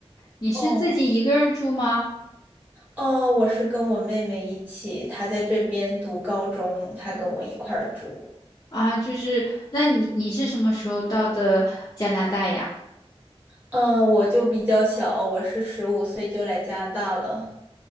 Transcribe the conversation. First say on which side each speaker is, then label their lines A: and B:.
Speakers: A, on the left; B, on the right.
A: 你是自己一个人住吗？
B: 哦，哦，我是跟我妹妹一起，她在这边读高中，她跟我一块儿住。
A: 啊，就是，那你你是什么时候到的加拿大呀？
B: 嗯，我就比较小，我是十五岁就来加拿大了。